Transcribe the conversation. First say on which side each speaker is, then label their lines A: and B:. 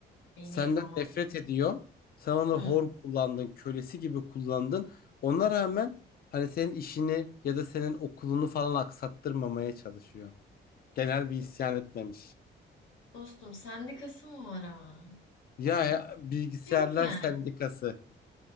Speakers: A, on the left; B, on the left.
A: iyi
B: Senden
A: niyet anlamadım.
B: nefret ediyor. Sen onu
A: Hı.
B: hor kullandın, kölesi gibi kullandın. Ona rağmen hani senin işini ya da senin okulunu falan aksattırmamaya çalışıyor. Genel bir
A: Ya
B: isyan etmemiş.
A: Dostum sendikası mı var ama
B: Ya,
A: bunun?
B: ya, bilgisayarlar
A: Yok yani.
B: sendikası.